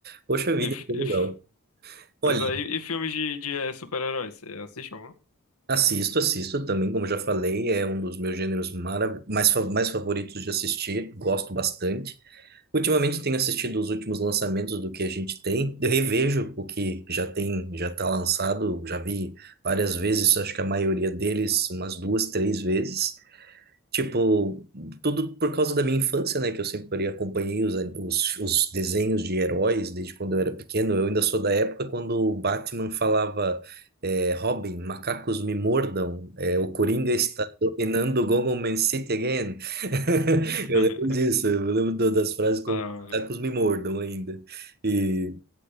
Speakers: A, on the right; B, on the left.
A: Poxa vida,
B: E, f-
A: que legal.
B: e f-
A: Olha,
B: pois aí, e filmes de, de eh, super-heróis, você assiste algum?
A: assisto, assisto também, como já falei, é um dos meus gêneros marav mais, fa- mais favoritos de assistir, gosto bastante. Ultimamente tenho assistido os últimos lançamentos do que a gente tem, eu revejo o que já tem, já está lançado, já vi várias vezes, acho que a maioria deles umas duas, três vezes. Tipo, tudo por causa da minha infância, né? Que eu sempre acompanhei os, os, os desenhos de heróis desde quando eu era pequeno. Eu ainda sou da época quando o Batman falava, é, Robin, macacos me mordam, é, o Coringa está dominando Gotham City again. <laughs>
B: <laughs>
A: Eu lembro disso, eu lembro do- das frases como
B: Da hora.
A: macacos me mordam ainda. e